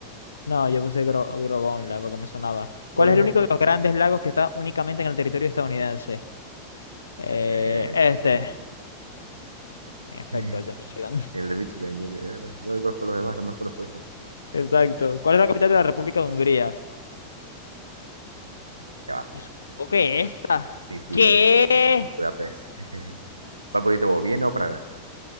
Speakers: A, on the left; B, on the right.
A: No, yo puse Gro- Grogonla porque me sonaba.
B: ¿Cuál
A: ¿Cuál es
B: es
A: el
B: el,
A: único de los grandes lagos que está únicamente en el territorio estadounidense? Eh,
B: el de,
A: este.
B: el de, Mi-
A: En efecto,
B: <laughs>
A: el de Michigan. <laughs>
B: el de Michigan? Yo de- no, no conozco los demás, nada más conozco ese.
A: Exacto. ¿Cuál es la capital de la República de Hungría?
B: Ya va.
A: Yo supongo que esta.
B: Sí, sí,
A: ¿Qué?
B: eh, Budapest. <laughs> ¿Cuál pusiste vos? ¿Viena o Praga?